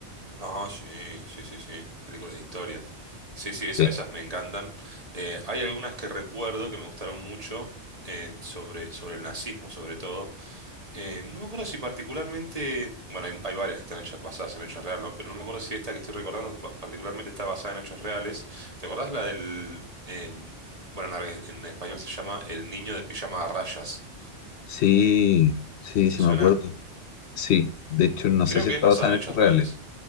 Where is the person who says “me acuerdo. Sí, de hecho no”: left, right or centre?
Left